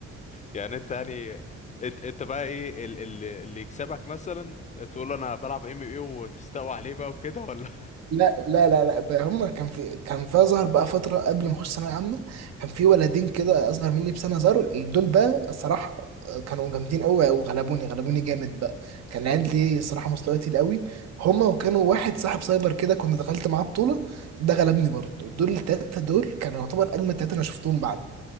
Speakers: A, on the left; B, on the right.
A: يعني انت يعني انت انت بقى ايه ال- ال- اللي يكسبك مثلا تقول له انا بلعب ام ام اي وتستقوى عليه بقى وكده ولا <laughs>
B: لا لا لا لا بقى هما كان في كان في ظهر بقى فترة قبل ما اخش ثانوية عامة كان في ولدين كده اصغر مني بسنة ظهروا دول بقى الصراحة كانوا جامدين قوي وغلبوني غلبوني جامد بقى كان العيال دي الصراحة مستوى تقيل قوي هما وكانوا واحد صاحب سايبر كده كنت دخلت معاه بطولة ده غلبني برضه دول التلاتة دول كانوا يعتبر اجمد تلاتة انا شفتهم بعد